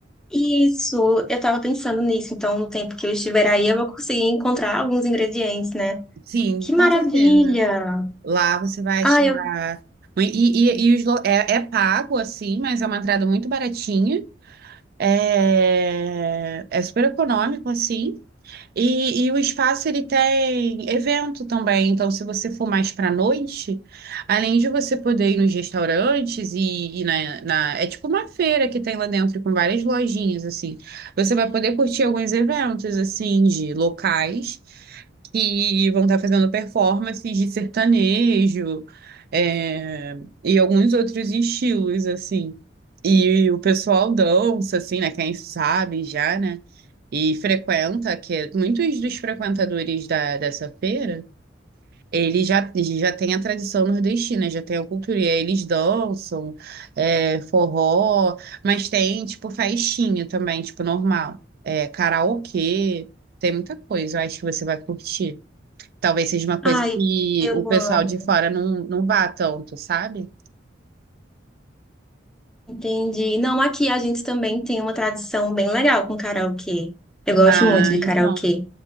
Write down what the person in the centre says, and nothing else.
Isso, eu tava pensando nisso, então no tempo que eu estiver aí eu vou conseguir encontrar alguns ingredientes, né?
Que
maravilha!
Ai,
eu,
ai,
eu
amo.
Entendi. Não, aqui a gente também tem uma tradição bem legal com karaokê. Eu gosto
muito de
karaokê.